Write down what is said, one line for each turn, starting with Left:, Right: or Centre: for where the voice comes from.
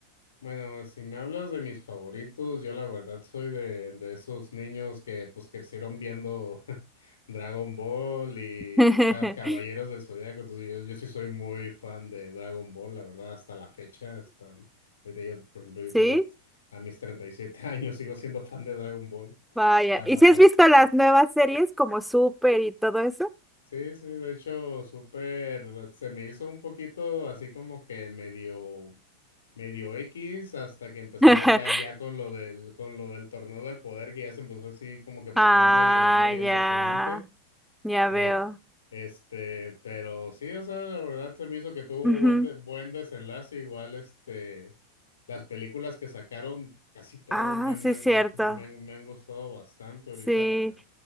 Left: bueno, si me hablas de mis favoritos, yo la verdad soy de, de esos niños que pues crecieron viendo <laughs> Dragon Ball y
Centre: <laughs>
Left: Ca- Caballeros del Zodíaco, entonces yo, yo sí soy muy fan de Dragon Ball, la verdad, hasta la fecha, hasta ahorita yo, por ejemplo, yo
Centre: ¿Sí?
Left: tengo t- a mis 37 <laughs> años, sigo siendo fan de Dragon Ball.
Centre: Vaya.
Left: Ah, va,
Centre: ¿Y si
Left: va,
Centre: has
Left: va.
Centre: visto las nuevas series como Super y todo eso?
Left: Sí, sí, de hecho, súper, se me hizo un poquito así como que medio. medio X hasta que empezaron
Centre: <laughs>
Left: ya, ya con lo del, con lo del torneo del poder, que ya se empezó así como que poner
Centre: Ah,
Left: medio, medio
Centre: ya,
Left: emocionante.
Centre: ya
Left: Eh,
Centre: veo.
Left: este, pero sí, o sea, la verdad se me hizo que tuvo
Centre: Ujú.
Left: buen, de- buen desenlace. Igual, este, las películas que sacaron, casi todas
Centre: Ah,
Left: me, han-
Centre: sí,
Left: me,
Centre: es
Left: han-
Centre: cierto.
Left: me, me, me han me han gustado bastante. Ahorita
Centre: Sí.
Left: la,